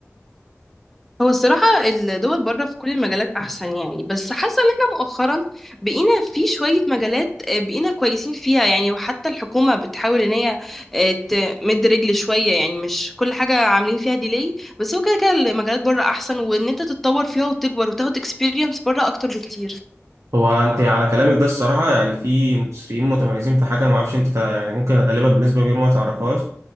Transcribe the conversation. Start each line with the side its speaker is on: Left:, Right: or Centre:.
Centre: هو الصراحة الدول بره في كل المجالات أحسن يعني بس حاسة إن احنا مؤخرا بقينا في شوية مجالات آه، بقينا كويسين فيها يعني وحتى الحكومة بتحاول إن هي آه، تمد رجل شوية يعني مش كل حاجة عاملين فيها ديلي بس هو كده كده المجالات بره أحسن وإن أنت تتطور فيها وتكبر وتاخد اكسبيرينس بره أكتر بكتير
Right: هو انت على كلامك ده الصراحه يعني في مصريين متميزين في حاجه انا ما اعرفش انت تع- يعني ممكن غالبا بالنسبه كبيره ما تعرفهاش